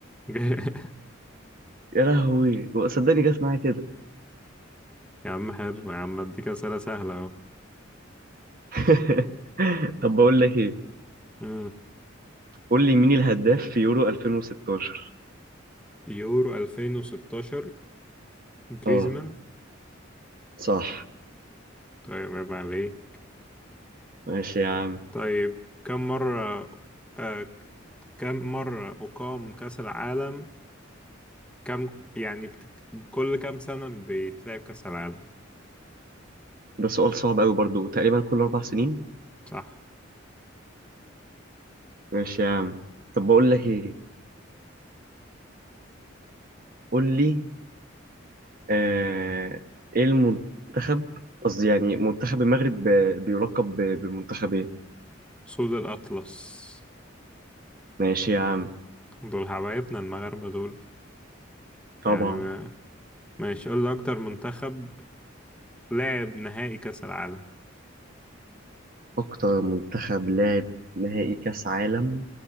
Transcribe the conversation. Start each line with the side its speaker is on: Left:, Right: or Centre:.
Centre: <laughs>
Right: يا لهوي صدقني جت معايا كده
Centre: يا عم حلو يا عم اديك اسئلة سهلة اهو
Right: <laughs> طب بقول لك ايه
Centre: مم.
Right: قول لي مين الهداف في يورو 2016
Centre: يورو 2016 جريزمان
Right: اه صح
Centre: طيب عيب عليه
Right: ماشي يا عم
Centre: طيب كم مرة آه كم مرة أقام كأس العالم كم يعني بت... كل كم سنة بيتلعب كأس العالم
Right: ده سؤال صعب قوي برضو تقريبا كل اربع سنين
Centre: صح
Right: ماشي يا عم طب بقول لك ايه قول لي آه ايه المنتخب قصدي يعني منتخب المغرب ب- بيلقب ب- بمنتخب ايه
Centre: سود الأطلس
Right: ماشي يا عم
Centre: دول حبايبنا المغاربة دول يعني
Right: طبعا
Centre: ما- ماشي قول لي أكتر منتخب لعب نهائي كأس العالم
Right: اكتر منتخب لعب نهائي كاس عالم